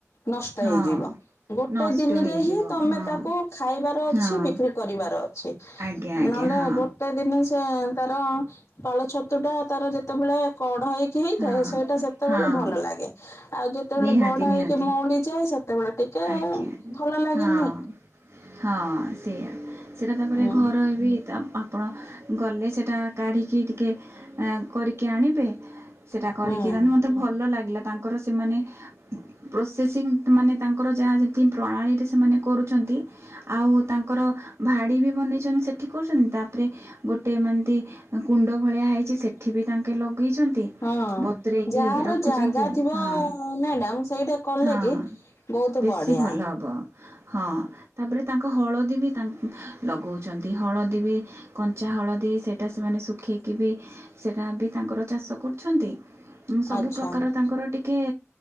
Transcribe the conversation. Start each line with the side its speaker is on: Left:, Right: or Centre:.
Left: ନଷ୍ଟ
Right: ହଁ।
Left: ହେଇଯିବ। ଗୋଟେ
Right: ନଷ୍ଟ
Left: ଦିନରେ
Right: ହେଇଯିବ
Left: ହିଁ ତମେ
Right: ହଁ
Left: ତାକୁ ଖାଇବାର ଅଛି
Right: ହଁ
Left: ବିକ୍ରି କରିବାର ଅଛି।
Right: ଆଜ୍ଞା ଆଜ୍ଞା
Left: ନହେଲେ
Right: ହଁ।
Left: ଗୋଟେ ଦିନ ସେ ତାର ପାଳ ଛତୁ ଟା ତାର ଯେତେବେଳେ କଢ଼ ହେ ହେଇଥାଏ
Right: ହଁ
Left: ସେଇଟା ସେତେବେଳେ
Right: ହଁ
Left: ଭଲ ଲାଗେ ଆଉ ଯେତେବେଳେ
Right: ନିହାତି
Left: ବଡା
Right: ନିହାତି
Left: ହେଇକି ମଉଡିଯାଏ ସେତେବେଳେ ଟିକେ
Right: ଆଜ୍ଞା।
Left: ଭଲ ଲାଗେନି।
Right: ହଁ ହଁ ସେଇଆ ସେଟା ତାପରେ
Left: ହୁଁ
Right: ଘର ହେବି ଆପଣ ଗଲେ ସେଇଟା କାଢ଼ିକି ଟିକେ କରିକି ଆଣିବେ ସେଟା କରିକି
Left: ହୁଁ।
Right: ରାଧୁ ମତେ ଭଲ ଲାଗିଲା ତାଙ୍କର ସେମାନେ ପ୍ରୋସେସିଂ ମାନେ ତାଙ୍କର ଯାହା ଯେମତି ପ୍ରଣାଳୀରେ ସେମାନେ କରୁଛନ୍ତି। ଆଉ ତାଙ୍କର ଭାଡି ବି ବନେଇଛନ୍ତି ସେଠି କରୁଛନ୍ତି ତାରେ ଗୋଟେ ମାନେ ଏମିତି କୁଣ୍ଡ ଭଳିଆ ହେଇଛି ସେଠିବି ତାଙ୍କେ ଲଗେଇଛନ୍ତି
Left: ହଁ
Right: ବତୁରୋଇକି
Left: ଯାହାର
Right: ରଖୁଛନ୍ତି
Left: ଜାଗା ଥିବ
Right: ହଁ।
Left: ମ୍ୟାଡାମ ସେଇଟା କଲେ
Right: ହଁ
Left: କି? ବହୁତ
Right: ବେଶୀ
Left: ବଢିଆ
Right: ଭଲ ହେବ ହଁ। ତା ପରେ ତାଙ୍କ ହଳଦୀ ବି ତା ଲଗାଉଛନ୍ତି ହଳଦୀ ବି କଞ୍ଚା ହଳଦୀ ସେଇଟା ସେମାନେ ଶୁଖେଇକି ବି ସେଇଟା ବି ତାଙ୍କର ଚାଷ କରୁଛନ୍ତି। ସବୁ
Left: ଆଚ୍ଛା
Right: ପ୍ରକାର ତାଙ୍କର ଟିକିଏ